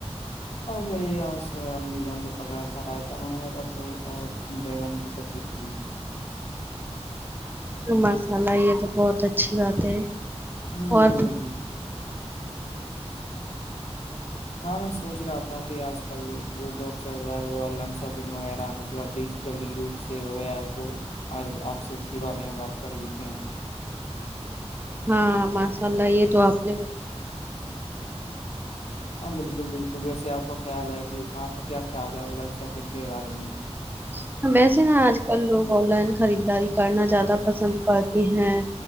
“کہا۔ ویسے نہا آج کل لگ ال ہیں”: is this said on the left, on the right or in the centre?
Right